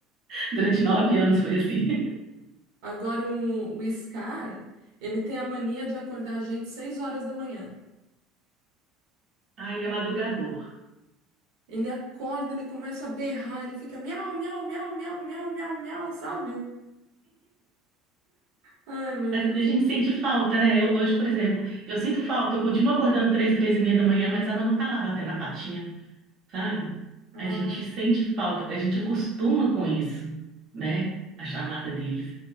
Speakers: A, on the right; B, on the right.
A: Durante nove anos foi assim.
B: Agora o, o Scar, ele tem a mania de acordar a gente seis horas da manhã.
A: Ah, ele é madrugador.
B: Ele acorda, ele começa a berrar, ele fica miau, miau, miau, miau, miau, miau, miau, sabe? Ai, meu
A: A
B: Deus.
A: a gente sente falta, né? Eu- hoje, por exemplo, eu sinto falta, eu continuo acordando três, três e meia da manhã, mas ela não tá lá batendo a patinha, sabe?
B: Ah,
A: A gente sente falta, a gente acostuma com isso, né? A chamada deles.